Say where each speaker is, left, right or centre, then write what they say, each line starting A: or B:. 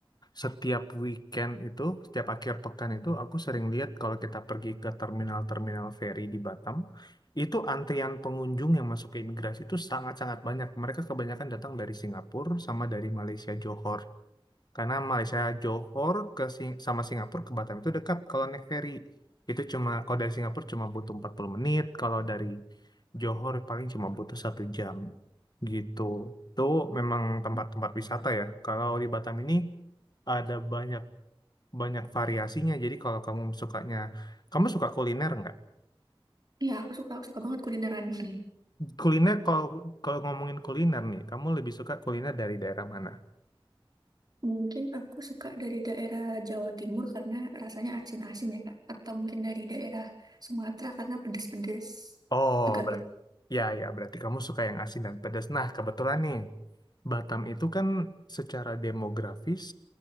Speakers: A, on the left (about 45°); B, on the right (about 45°).
A: setiap weekend itu, setiap akhir pekan itu, aku sering lihat kalau kita pergi ke terminal-terminal feri di Batam, itu antrian pengunjung yang masuk ke imigrasi itu sangat-sangat banyak. Mereka kebanyakan datang dari Singapura sama dari Malaysia, Johor. Karena Malaysia Johor ke Sing- sama Singapura ke Batam itu dekat kalau naik ferry. Itu cuma kalau dari Singapura cuma butuh 40 menit, kalau dari Johor paling cuma butuh satu jam gitu. Itu memang tempat-tempat wisata ya. Kalau di Batam ini ada banyak banyak variasinya. Jadi kalau kamu sukanya, kamu suka kuliner nggak?
B: Iya aku suka, suka banget kulineran. <laughs>
A: Kuliner kalau kalau ngomongin kuliner nih, kamu lebih suka kuliner dari daerah mana?
B: Mungkin aku suka dari daerah Jawa Timur karena rasanya asin-asin ya Kak. Atau mungkin dari daerah Sumatera karena pedes-pedes
A: Oh,
B: juga
A: berarti
B: bisa.
A: ya ya berarti kamu suka yang asin dan pedas. Nah, kebetulan nih. Batam itu kan secara demografis